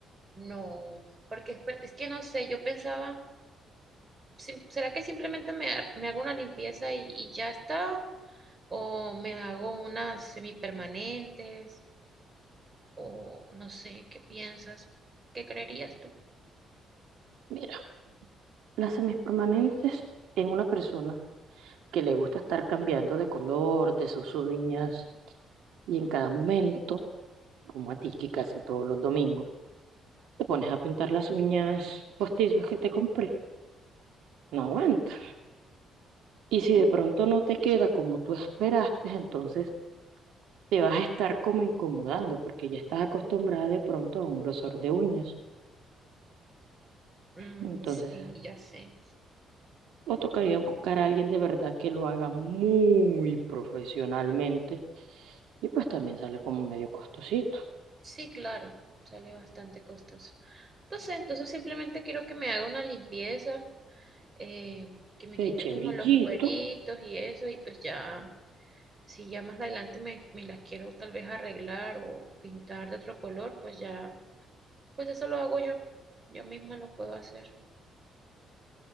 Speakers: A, on the right; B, on the right.
A: No, porque es pe- es que no sé, yo pensaba, si- ¿será que simplemente me, ha- me hago una limpieza y, y ya está? ¿O me hago unas semipermanentes? ¿O no sé, qué piensas? ¿Qué creerías tú?
B: Mira, las semipermanentes en una persona que le gusta estar cambiando de color, de sus uñas, y en cada momento, como a ti que casi todos los domingos, te pones a pintar las uñas postizas que te compré, no aguanta. Y si de pronto no te queda como tú esperaste, entonces te vas a estar como incomodando porque ya estás acostumbrada de pronto a un grosor de uñas.
A: Mm,
B: Entonces
A: sí, ya sé.
B: O tocaría buscar a alguien de verdad que lo haga muy profesionalmente. Y pues también sale como medio costosito.
A: Sí, claro, sale bastante costoso. Entonces, entonces simplemente quiero que me haga una limpieza, eh, que me
B: Le
A: quite
B: eché
A: como
B: brillito.
A: los cueritos y eso, y pues ya, si ya más adelante me, me las quiero tal vez arreglar o pintar de otro color, pues ya, pues eso lo hago yo, yo misma lo puedo hacer.